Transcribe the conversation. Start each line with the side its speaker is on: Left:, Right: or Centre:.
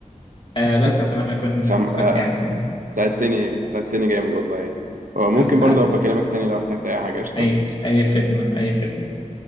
Left: آه
Right: <laughs>
Left: بس اتمنى اكون
Right: هشام
Left: استفدت
Right: آه،
Left: يعني من
Right: ساعدتني ساعدتني
Left: بس,
Right: جامد والله آه، ممكن
Left: بس
Right: برضه
Left: انا
Right: ابقى اكلمك تاني لو احتجت اي حاجة قشطة
Left: اي اي خدمه اي خدمه